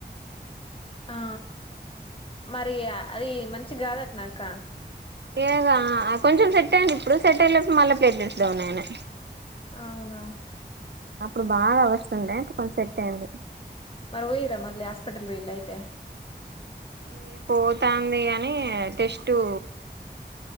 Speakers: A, on the left; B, on the right.
A: ఆ మరి అది మంచి గాదట్ న అక్క
B: ఏగా కొంచెం సెట్ అయ్యింది ఇప్పుడు, సెట్ అయ్యే లోపు మళ్ళా ప్లేట్లెస్ డౌన్ అయినయ్.
A: అవునా
B: అప్పుడు బాగా వస్తుండే ఇప్పుడు కొంచెం సెట్ అయింది.
A: మరి వయిరా మళ్ళీ హాస్పిటల్ ఓయిల్లా అయితే.
B: ఈ పోతాంది గని టెస్టు